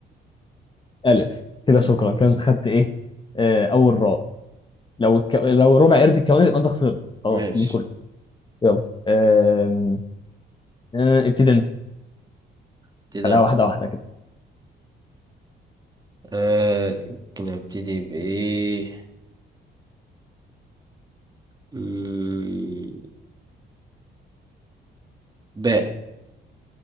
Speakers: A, on the left; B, on the right.
A: الف كده شكرا كده انت خدت ايه آه، اول راء لو الك... لو ربع قرد الكواني يبقى انت خسرت خلاص
B: ماشي
A: من كله يلا أم... أه، ابتدي انت
B: ابتدي
A: خليها
B: انا
A: واحده واحده كده
B: آه يمكن ابتدي بايه مم، باء